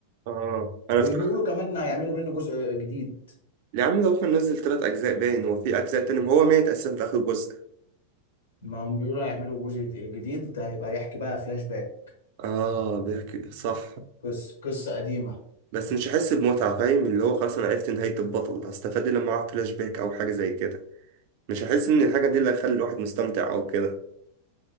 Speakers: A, on the right; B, on the left.
A: اه انا
B: وبيقولوا
A: افتكر
B: كمان هيعملوا منه جزء جديد
A: يا عم ده هو كان نزل ثلاث اجزاء باين هو في اجزاء تاني ما هو مات اصلا في اخر جزء
B: ما هم بيقولوا هيعملوا جزء جديد ده هيبقى يحكي بقى فلاش باك
A: اه بيحكي صح
B: قصة قصة قديمة
A: بس مش هحس بمتعة فاهم اللي هو خلاص أنا عرفت نهاية البطل هستفاد إيه لما أعرف فلاش باك أو حاجة زي كده مش هحس إن الحاجة دي اللي هتخلي الواحد مستمتع أو كده